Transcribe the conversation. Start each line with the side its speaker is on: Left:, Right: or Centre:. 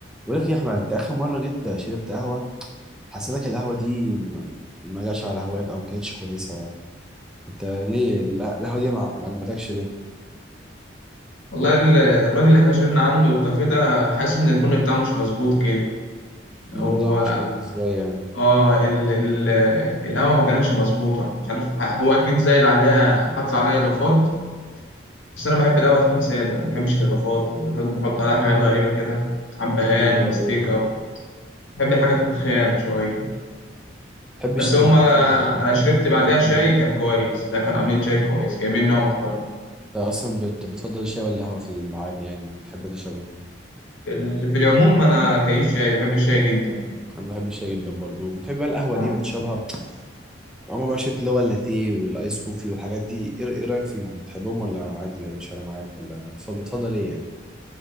Centre: بقول لك إيه يا احمد انت اخر مره جيت شربت قهوه حسيتك القهوه دي م- ما جاتش على هواك او ما كانتش كويسه انت ليه ال- القهوه دي ما ما عجبتكش ليه
Left: والله ال- الراجل اللي احنا شربنا عنده الكافيه ده حاسس ان البن بتاعه مش مظبوط كده
Centre: النظام
Left: هو
Centre: مش مظبوط ازاي يعني
Left: اه ال ال القهوه ما كانتش مظبوطه مش عارف ح- هو اكيد زايد عليها حط عليها اضافات بس انا بحب القهوه تكون ساده ما بحبش الاضافات وبيحط بيحط عليها حاجات غريبه كده حبهان
Centre: ايوه
Left: ومستيكه
Centre: ايوه ما
Left: و... بحب الحاجه تكون خام شويه
Centre: بتحبش
Left: بس
Centre: تبقى
Left: هما
Centre: فيه نظافة،
Left: انا
Centre: بتحب
Left: شربت
Centre: كل
Left: بعدها
Centre: يكون
Left: شاي
Centre: نضيف
Left: كان كويس لا كانوا عاملين شاي كويس جايبين نوع محترم
Centre: انت اصلا بت... بتفضل الشاي ولا القهوه في العادي يعني بتحب تشرب ايه
Left: في ال- في العموم انا كيف شاي بحب الشاي جدا
Centre: انا بحب الشاي جدا برضو بتحب بقى القهوه
Left: آه.
Centre: دي بتشربها عمر ما شربت اللي هو اللاتيه والايس كوفي والحاجات دي ايه إيه رايك فيهم بتحبهم ولا عادي ولا مش فارقه معاك ولا بتفضل بتفضل ايه يعني